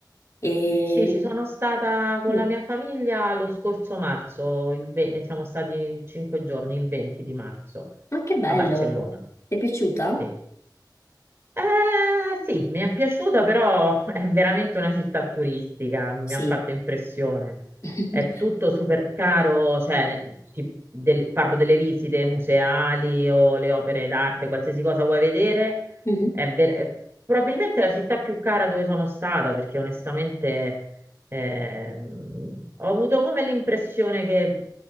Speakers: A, on the left; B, on the right.
A: E
B: Sì, ci sono stata con
A: sì,
B: la mia famiglia lo scorso marzo, il ve- siamo stati cinque giorni, il 20 di marzo,
A: ma che bello!
B: a Barcellona.
A: Ti è piaciuta?
B: Sì. Eh, sì, mi è piaciuta, però è veramente una città turistica, mi
A: Sì.
B: ha fatto impressione.
A: <laughs>
B: È tutto super caro, cioè, ne- ti- del- parlo delle visite museali o le opere d'arte, qualsiasi cosa vuoi vedere,
A: Mhm.
B: è, ver- è probabilmente la città più cara dove sono stata, perché onestamente ehm, ho avuto come l'impressione che